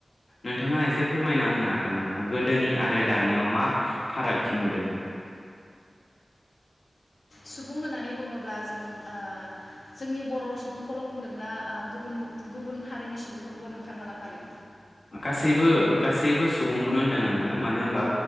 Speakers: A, on the left; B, on the left.
A: नोंथाङा इसे फोरमायना होनो हागोन नामा गोदोनि आरो दानियाव मा फारागथि नुदों?
B: सुबुं होननानै बुङोब्ला जों ओ जोंनि बर' सुबुंखौल' बुंदोंना आ गुबुन बु गुबुन हारिनि सुबुंफोरखौबो नोंथाङा लाफादों
A: गासैबो गासैबो सुबुंखौनो होनदों आङो मानो होनबा